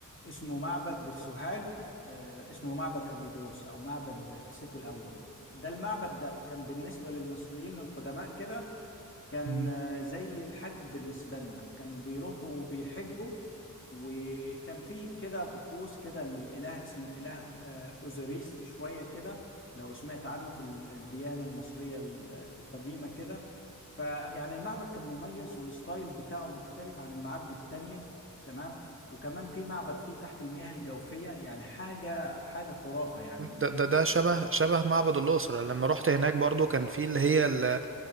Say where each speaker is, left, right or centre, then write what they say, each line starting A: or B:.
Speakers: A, on the left; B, on the right.
A: اسمه معبد في سوهاج آه، اسمه معبد أبيدوس او معبد سيتي الاول ده المعبد ده كان بالنسبه للمصريين القدماء كده كان
B: مم.
A: آه، زي الحج بالنسبة لنا كانوا بيروحوا بيحجوا وكان في كده طقوس كده الإله اسمه إله آه، أوزوريس شوية كده لو سمعت عنه في الديانة المصرية ال- القديمة كده فيعني المعبد كان مميز والستايل بتاعه مختلف عن المعابد التانية تمام وكمان في معبد فيه تحت المياه الجوفية يعني حاجة حاجة خرافة يعني
B: ده ده ده شبه شبه معبد الأقصر لما رحت هناك برضو كان في اللي هي ال-